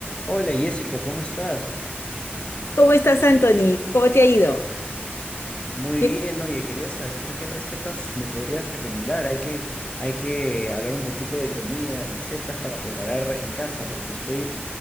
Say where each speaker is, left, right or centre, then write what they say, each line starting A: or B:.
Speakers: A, on the left; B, on the left.
A: Hola Jessica, ¿cómo estás?
B: ¿Cómo estás, Anthony? ¿Cómo te ha ido?
A: Muy
B: ¿Qué-
A: bien, oye, quería saber qué recetas me podrías recomendar. Hay que, hay que hablar un poquito de comida, recetas para preparar en casa, porque estoy